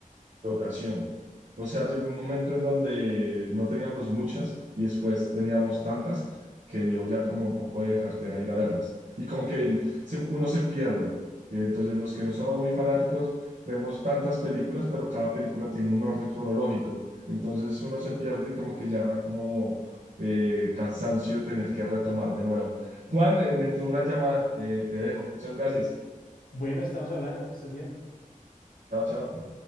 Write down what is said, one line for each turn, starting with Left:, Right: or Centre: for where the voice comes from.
Right: rotación. O sea, llegó un momento en donde no teníamos muchas y después teníamos tantas que dio ya como un poco de jartera ir a verlas. Y como que el- se- uno se pierde. Eh, Entonces, los que no somos muy fanáticos, vemos tantas películas, pero cada película tiene un orden cronológico. Entonces, uno se pierde y como que ya como eh, cansancio tener que retomar de nuevo. Juan, eh, me entró una llamada. Eh, te dejo. Muchas gracias.
Left: Bueno, estamos hablando, que estés bien.
Right: Chao, chao.